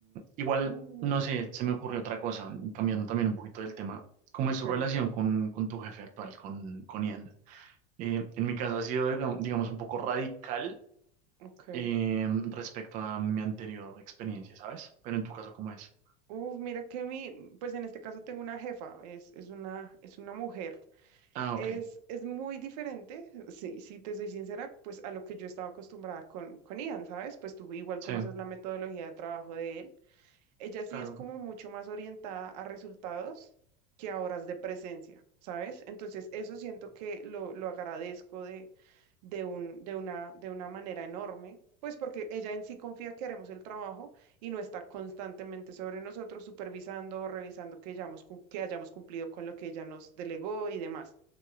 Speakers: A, on the right (about 35°); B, on the right (about 70°).
A: igual,
B: ujú,
A: no sé, se me ocurrió otra cosa, cambiando también un poquito del tema. ¿Cómo
B: Ok,
A: es su relación con, con tu jefe actual, con, con Ian? Eh, en mi caso ha sido, digam- digamos, un poco radical
B: ok.
A: eh, respecto a mi anterior experiencia, ¿sabes? Pero en tu caso, ¿cómo es?
B: Uf, mira que mi, pues en este caso tengo una jefa, es, es una, es una mujer.
A: Ah, ok,
B: Es, es muy diferente, sí, si te soy sincera, pues a lo que yo estaba acostumbrada con, con Ian, ¿sabes? Pues tú igual
A: sí,
B: conoces la metodología de trabajo de él. Ella sí
A: claro.
B: es como mucho más orientada a resultados que a horas de presencia, ¿sabes? Entonces eso siento que lo, lo agradezco de, de un, de una, de una manera enorme, pues porque ella en sí confía que haremos el trabajo y no está constantemente sobre nosotros supervisando, revisando que hayamos, cum- que hayamos cumplido con lo que ella nos delegó y demás.